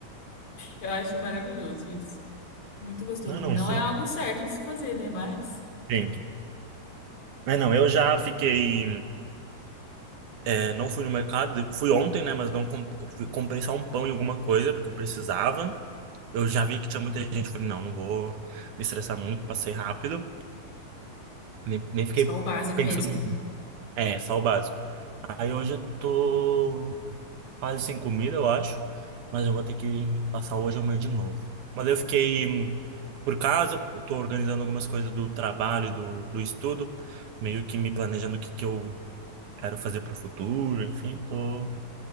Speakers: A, on the left; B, on the right.
A: Eu acho maravilhoso isso. Muito gostoso.
B: Não, não,
A: Não
B: isso.
A: é algo certo de se fazer, né? Mas
B: Sim. É, não, eu já fiquei É, não fui no mercado, fui ontem, né? Mas não comp- eu fui- comprei só um pão e alguma coisa, porque eu precisava. Eu já vi que tinha muita gente, falei, não, não vou me estressar muito, passei rápido, nem, nem fiquei
A: só o básico
B: pensando.
A: mesmo.
B: muito. É, só o básico. Aí hoje eu tô quase sem comida, eu acho, mas eu vou ter que passar hoje e amanhã de novo. Mas eu fiquei hum, por casa, eu tô organizando algumas coisas do trabalho, e do, do estudo, meio que me planejando o que que eu quero fazer pro futuro, enfim, tô.